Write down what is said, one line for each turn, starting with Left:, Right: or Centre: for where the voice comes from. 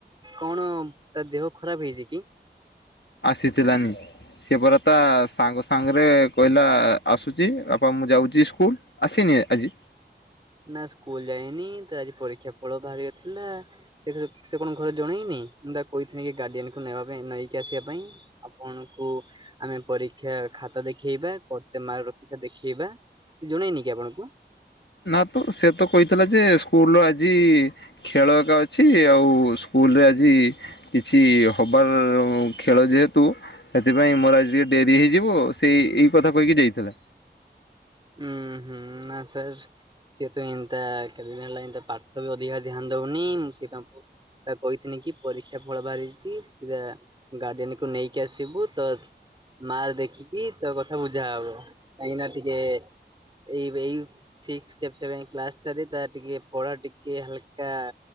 Right: କଣ ତା ଦେହ ଖରାପ ହେଇଛି କି?
Left: ଆସିଥିଲାନି? ସେପରା ତା ସାଙ୍ଗ ସାଙ୍ଗରେ କହିଲା ଆସୁଛି ବାପା ମୁଁ ଯାଉଛି ସ୍କୁଲ। ଆସିନି ଆଜି?
Right: ନା ସ୍କୁଲ ଯାଇନି ତ ଆଜି ପରୀକ୍ଷା ଫଳ ବାହାରି ଵାର ଥିଲା। ସେ ସେ କଣ ଘରେ ଜଣେଇନି ମୁଁ ତାକୁ କହିଥିଲି କି ଗାର୍ଡିଆନକୁ ନେବା ପାଇଁ ନେଇକି ଆସିବା ପାଇଁ। ଆପଣଙ୍କୁ ଆମେ ପରୀକ୍ଷା ଖାତା ଦେଖେଇବା, କେତେ ମାର୍କ ରଖିଛ ଦେଖେଇବା। ସିଏ ଜଣେଇନି କି ଆପଣଙ୍କୁ?
Left: ନା ତ ସେ ତ କହିଥିଲା ଯେ ସ୍କୁଲରେ ଆଜି ଖେଳ ଏକା ଅଛି ଆଉ ସ୍କୁଲରେ ଆଜି କିଛି ହବାର ଖେଳ ଯେହେତୁ ସେଥିପାଇଁ ମୋର ଆଜି ଟିକେ ଡେରି ହେଇଯିବ ସେଇ ଏଇ କଥା କହିକି ଯାଇଥିଲା।
Right: ହୁଁ ହୁଁ ନା ସାର୍ ସିଏ ତ ଏଇନ୍ତା କେତେ ଦିନ ହେଲା ଏନ୍ତା ପାଠ ବି ଅଧିକା ଧ୍ୟାନ ଦଉନି ମୁଁ ସେଇଥିପାଇଁ ତାକୁ କହିଥିଲି କି ପରୀକ୍ଷା ଫଳ ବାହାରିଛି ପିଲା ଗାର୍ଡିଆନକୁ ନେଇକି ଆସିବୁ ତ ମାର୍କ ଦେଖିକି ତୋ କଥା ବୁଝାହବ କାହିଁକିନା ଟିକେ ଏଇ ଏଇ ସିକ୍ସ ସେଭେନ କ୍ଲାସ ଟାରେ ତାର ଟିକେ ପଢା ଟିକେ ହାଲକା